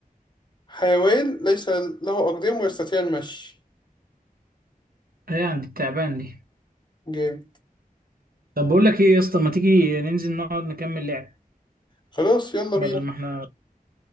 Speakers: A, on the left (about 30°); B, on the right (about 75°).
A: حيوان ليس له أقدام ويستطيع المشي
B: هي عند التعبان دي
A: جامد
B: طب بقول لك إيه يا اسطى ما تيجي ننزل نقعد نكمل لعب
A: خلاص يلا
B: بدل
A: بينا
B: ما إحنا